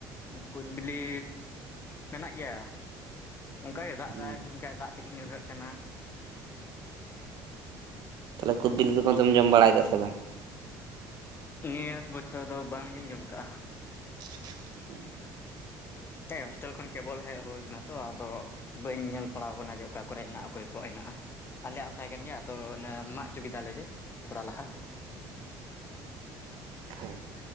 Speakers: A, on the left; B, on the right.
A: ᱠᱩᱫᱽ ᱵᱤᱞᱤ ᱢᱮᱱᱟᱜ ᱜᱮᱭᱟ᱾ ᱚᱱᱠᱟ ᱜᱮ ᱫᱟᱜ
B: ᱦᱩᱸ
A: ᱮᱫᱟᱭ ᱮᱱᱠᱟᱭ ᱫᱟᱜ -ᱛᱮᱜᱮᱧ ᱧᱩᱨᱦᱟᱹᱜ ᱠᱟᱱᱟ
B: ᱛᱟᱦᱞᱮ ᱠᱩᱫ ᱵᱤᱞᱤ ᱫᱚ-ᱠᱚ ᱫᱚᱢ ᱡᱚᱢ ᱵᱟᱲᱟᱭᱮᱫᱟ᱾ ᱥᱮ ᱵᱟᱝ?
A: ᱱᱮᱥ ᱵᱚᱪᱷᱚᱨ ᱫᱚ ᱵᱟᱝᱜᱤᱧ ᱡᱚᱢ ᱟᱠᱟᱜᱼᱟ
B: <inaudible>
A: ᱦᱮᱸ ᱦᱳᱥᱴᱮᱞ ᱠᱷᱚᱱ ᱠᱮᱵᱚᱞ ᱦᱮᱡ ᱦᱩᱭ ᱟᱠᱟᱱᱟ ᱛᱚ ᱾ᱟᱫᱚ ᱵᱟᱹᱧ ᱧᱮᱞ ᱯᱟᱲᱟᱣ ᱟᱠᱟᱱᱟ ᱾ᱡᱮ ᱚᱠᱟ ᱠᱚᱨᱮ ᱦᱮᱱᱟᱜᱼᱟ᱾ ᱚᱠᱚᱭ ᱠᱚᱣᱟᱜ ᱦᱮᱱᱟᱜᱼᱟ᱾ ᱟᱞᱮᱭᱟᱼᱜ ᱦᱚᱸ ᱛᱟᱦᱮᱸ ᱠᱟᱱ ᱜᱮᱭᱟ᱾ ᱟᱫᱚ ᱚᱱᱮ ᱢᱟᱜ ᱦᱚᱪᱚᱸ ᱠᱮᱫᱟᱞᱮ ᱾ ᱡᱮ ᱛᱷᱚᱲᱟ ᱞᱟᱦᱟ
B: ᱦᱮᱸ